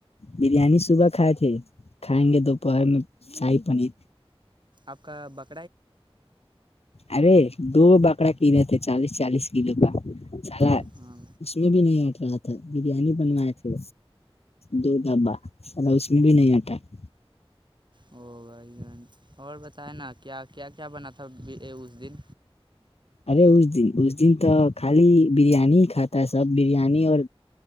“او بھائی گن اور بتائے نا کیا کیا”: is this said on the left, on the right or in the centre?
Right